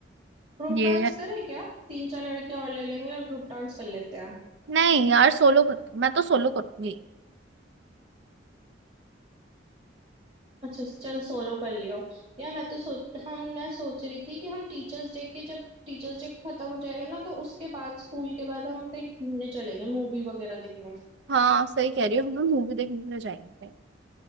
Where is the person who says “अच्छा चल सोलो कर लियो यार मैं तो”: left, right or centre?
Right